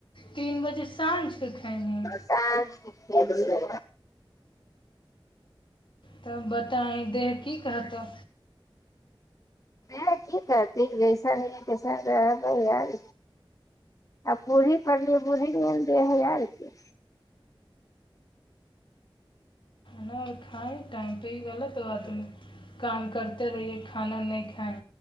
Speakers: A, on the left; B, on the left.
A: तीन बजे साँझ के खेयमही
B: साँझ के खेलिये
A: तब बताइ देह की कहतो
B: देह की कहते जैसन कैसन रहबे यार आ पूरी पलियै बूी दे हार के
A: ह खइ टाइम पे इ गलत बात भेलो काम करते रहियए खाना नहि खाएं